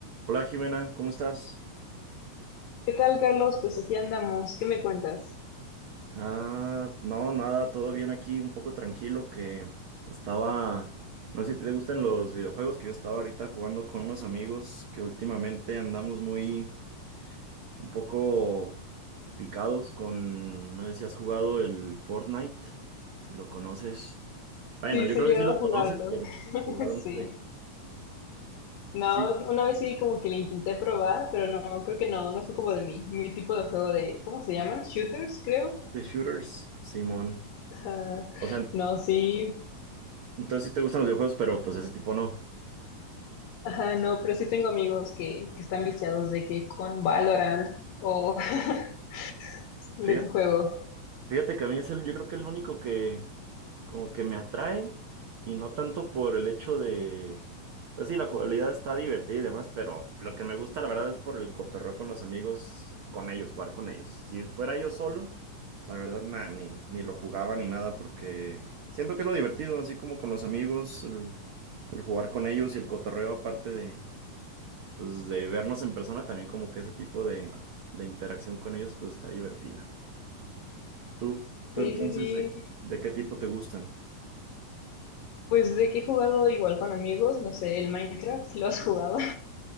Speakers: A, on the right (about 75°); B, on the left (about 85°).
A: Hola Jimena, ¿cómo estás?
B: ¿Qué tal, Carlos? Pues aquí andamos. ¿Qué me cuentas?
A: Ah, no, nada, todo bien aquí, un poco tranquilo que estaba, no sé si te gustan los videojuegos que yo estaba ahorita jugando con unos amigos que últimamente andamos muy, un poco picados con, no sé si has jugado el Fortnite, si lo conoces. Bueno,
B: Sí,
A: yo
B: sí,
A: creo
B: llevo
A: que sí lo
B: a jugarlo.
A: conoces, pero
B: <laughs>
A: jugado no
B: Sí.
A: sé.
B: No,
A: Sí,
B: una vez sí como que le intenté probar, pero no, creo que no, no fue como de mí, mi tipo de juego de, ¿cómo se llaman? Shooters, creo.
A: de shooters, Simón.
B: Ajá.
A: O sea,
B: No, sí.
A: entonces sí te gustan los videojuegos, pero pues ese tipo no.
B: Ajá, no, pero sí tengo amigos que, que están viciados de que con Valorant o <laughs> de
A: Fíjate.
B: ese juego.
A: Fíjate que a mí es el, yo creo que el único que, como que me atrae y no tanto por el hecho de, pues sí, la jugabilidad está divertida y demás, pero lo que me gusta la verdad es por el cotorreo con los amigos, con ellos, jugar con ellos. Si fuera yo solo, la verdad nada, ni, ni lo jugaba ni nada porque siento que es lo divertido, así como con los amigos, el, el jugar con ellos y el cotorreo aparte de, pues, de vernos en persona, también como que ese tipo de, de interacción con ellos pues está divertida. ¿Tú, tú
B: Sí,
A: entonces
B: sí, sí.
A: de, de qué tipo te gustan?
B: Pues de que he jugado igual con amigos, no sé, el Minecraft, ¿lo has jugado?